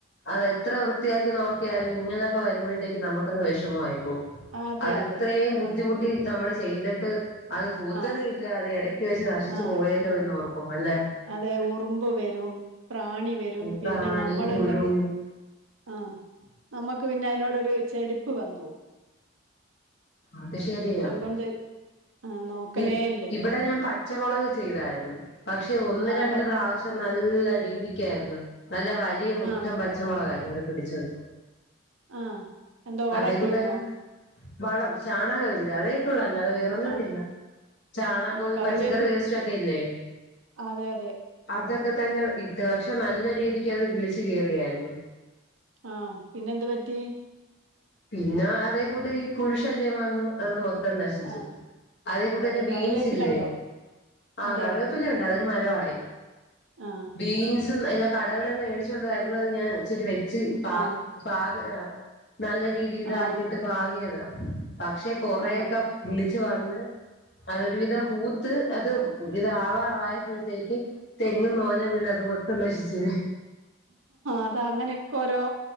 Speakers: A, on the left (about 60°); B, on the right (about 85°).
A: അത് എത്ര വൃത്തിയാക്കി നോക്കിയാലും ഇങ്ങനൊക്കെ വരുമ്പോഴത്തേക്ക് നമുക്കങ്ങ് വിഷമം ആയി പോവും.
B: അതെ
A: അത്
B: അതെ
A: ഇത്രയും ബുദ്ധിമുട്ടി
B: നമുക്ക്
A: നമ്മൾ ചെയ്തിട്ട് അത് പൂത്തതും
B: ആ
A: ഇല്ല അത് എടക്ക് വെച്ച് നശിച്ചു
B: ആ
A: പോയല്ലോ എന്ന് ഓർക്കുമ്പോ അല്ലേ
B: അതെ ഉറുമ്പ് വരും, പ്രാണി വരും
A: പ്രാണി
B: പിന്നെ നമ്മൾ
A: പുഴു
B: എന്തെ ആ നമുക്ക് പിന്നെ അയിനോടൊരു ചെടിപ്പ് വന്നു പോവും
A: അത് ശരിയാ
B: അതുകൊണ്ട് ആ, നോക്കലേ
A: ഇ
B: ഇല്ല ഇപ്പൊ
A: ഇവിടെ ഞാൻ പച്ചമുളക് ചെയ്തായിരുന്നു. പക്ഷെ ഒന്ന്
B: ആ
A: രണ്ട്
B: പ
A: പ്രാവശ്യം നല്ല രീതിക്കായിരുന്നു നല്ല വലിയ മുട്ടം
B: ആ
A: പ പച്ചമുളകായിരുന്നു ഇവിടെ പിടിച്ചത്
B: ആ എന്തോ വള
A: അതേ
B: ഇട്ടിരുന്നോ
A: കൂട്ടാന് വളം ചാണകമില്ല അതെയിട്ടുള്ളു അല്ലാതെ വോറെന്നും
B: ആ
A: ട്ടില്ല ചാണകവും
B: ആ കറിവേപ്പ്
A: പച്ചക്കറി വേസ്റ്റ് ഒക്കെ ഇല്ലേ
B: അതെ അതെ
A: അതൊക്കെ തന്നെ ഇട്ട് പക്ഷെ നല്ല രീതിക്ക് അത് വിളിച്ച് കേറിയായിരുന്നു.
B: ആഹ് പിന്നെ എന്ത് പറ്റി
A: പിന്നെ അതേ കൂട്ട് ഈ പുഴു ശല്ല്യം വന്നു അത് മൊത്തം നശിച്ചു.
B: ആ
A: അതേ
B: അതെ
A: കൂടെ
B: അതെ
A: ന്നെ ബീൻസ്
B: കറിവേപ്പിലണ്ടോ
A: ഇല്ലേ ആഹ്
B: അതെ
A: കറി ഇപ്പോ അതൊരു മരവായി
B: ആഹ്
A: ബീൻസും എല്ല കടകള്ൽ എല്ല മേടിച്ച് കൊണ്ട് വരുന്നത് ഞാൻ ഇച്ചിരി വെച്ച് പാക
B: ആ
A: പാക നല്ല രീതി ഇതാക്കിട്ട്
B: ആ
A: പാകിയതാ. പക്ഷെ കൊറേയൊക്കെ
B: ആ
A: വിളിച്ചു വന്ന് അതൊരുവിധം പൂത്ത് അത് പുതിയത് ആവാറായപ്പോഴത്തേക്കും തെങ്ങും നോല വീണതും മൊത്തം നശിച്ചിണ്
B: അത് അങ്ങനെയൊക്കെ ഓരോ